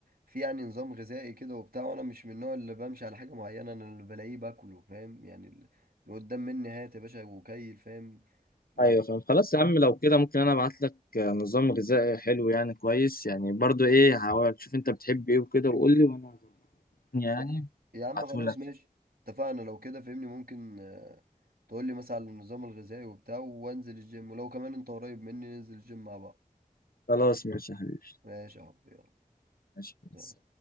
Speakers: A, on the right (about 80°); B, on the left (about 80°).
A: في يعني نظام غذائي كده وبتاع وانا مش من النوع اللي بمشي على حاجه معينه انا اللي بلاقيه باكله فاهم يعني ال- اللي قدام مني هات يا باشا وكيل فاهم ما...
B: ايوه فاهم خلاص يا عم لو كده ممكن انا ابعت لك نظام غذائي حلو يعني كويس يعني برضو ايه هحاول شوف انت بتحب ايه وكده وقول لي وانا يعني
A: يا... يا عم
B: ابعته
A: خلاص
B: لك
A: ماشي اتفقنا لو كده فهمني ممكن آه، تقول لي مثلا على النظام الغذائي وبتاع وانزل الجيم ولو كمان انت قريب مني ننزل الجيم مع بعض
B: خلاص ماشي يا حبيبي
A: ماشي يا حبيبي
B: ماشي
A: يلا